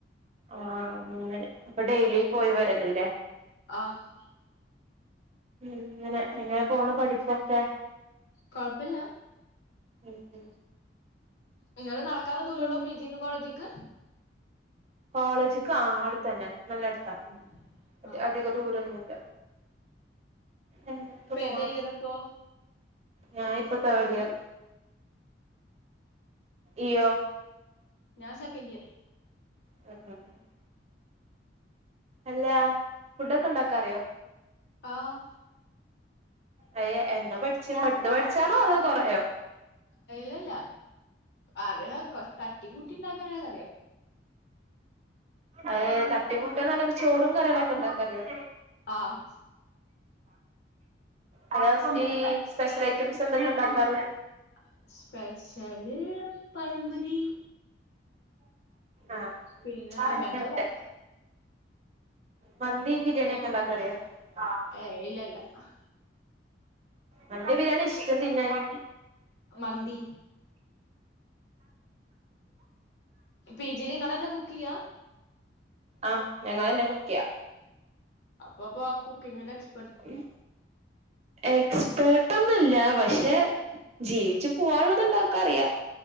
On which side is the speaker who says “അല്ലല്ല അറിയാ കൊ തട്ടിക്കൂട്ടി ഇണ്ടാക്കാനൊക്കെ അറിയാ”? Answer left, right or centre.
Left